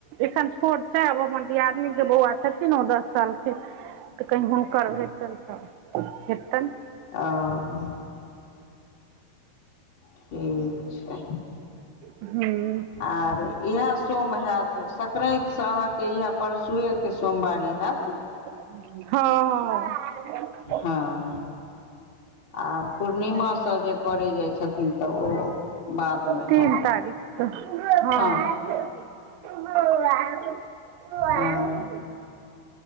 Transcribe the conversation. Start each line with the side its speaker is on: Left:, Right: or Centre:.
Right: एखन छोट छै, आब हमरअपन दियादनी के बौआ छथिन ओ दस सालके, तऽ कहीँ हुनकर हेतनि तऽ हेतनि।
Left: आओ ठीक छै।
Right: हम्म
Left: आर इएह सोम हैत संक्रान्ति से अहाँके इएह परसुए के सोमवारी हैत।
Right: हँ-हँ
Left: हँ आर पूर्णिमासँ जे करै जाइ छथिन तऽ ओ बादमे
Right: तीन
Left: हैत
Right: तारीख। <unintelligible>
Left: हँ हँ